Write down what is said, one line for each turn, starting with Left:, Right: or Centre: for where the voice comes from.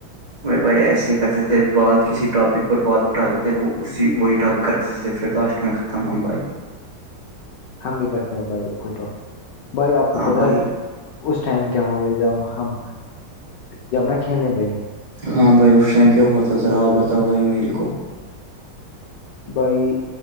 Right: میں بھائی ایسے کرتے تھے بات کسی ٹاپک پر بات اٹھاتے تھے وہ اسی وہی ٹاپک کرتے ج پھر لاسٹ میں ختم ہبھائی
Left: ہم بھی کرتے ہیں بھائی کوئی بھائی آپ کو
Right: ہاں
Left: پت ہے
Right: بھائی
Left: اس ٹائم کیا ہو گئے جب ہم جب ن کھیلنے گئے
Right: ہاں بھائی اس ٹائم کیا ہوا تھا ذرا بتاؤ بھائی میرے کو
Left: بھائی